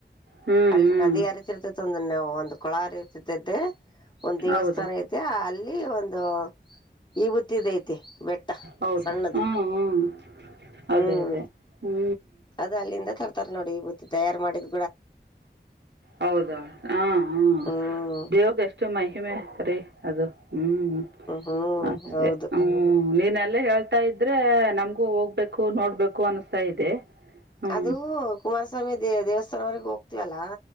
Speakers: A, on the right; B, on the left.
A: ಹ್ಞೂ
B: ಅಲ್ಲಿ
A: ಹ್ಞೂ
B: ನದಿ ಹರಿತಿರ್ತೈತಿ ಒಂದು ನವು ಒಂದು ಕೊಳ ಅರಿತಿತೈತೆ ಒಂದ್ ದೇವಸ್ಥಾನ
A: ಹೌದಾ
B: ಐತಿ ಅಲ್ಲಿ ಒಂದು ಈಗತ್ತಿದ ಐತಿ ಬೆೇಟ್ಟ
A: ಹೌದು
B: ಸಣ್ಣದ
A: ಹ್ಞೂ ಹ್ಞೂ ಅದೇ
B: ಹ್ಮ್
A: ಅದೇ ಹ್ಞೂ
B: ಅದು ಅಲ್ಲಿಂದ ತರ್ತಾರೆ ನೋಡಿ ಈ ಬತ್ತಿ ತಯಾರು ಮಾಡಿದ
A: ಹೌದಾ ಹಾ ಹಾ
B: ಹ್ಮ್
A: ದೇವ್ದಷ್ಟ ಮಹಿಮೆ ಅದು ಹ್ಮ್
B: ಹ್ಮ್
A: ಹ್ಮ
B: ಹೌದು
A: ನೀನ್ ಹೇಳ್ತಾ ಇದ್ರೆ ನಮ್ಗೂ ಹೋಗ್ಬೇಕು ನೋಡ್ಬೇಕು ಅನಸ್ತ್ ಇದೆ ಹ್ಞೂ
B: ಅದು ಕುಮಾರಸ್ವಾಮಿ ದೇ ದೇವಸ್ಥಾನವರೆಗ್ ಹೋಗ್ತಿವಲ್ಲ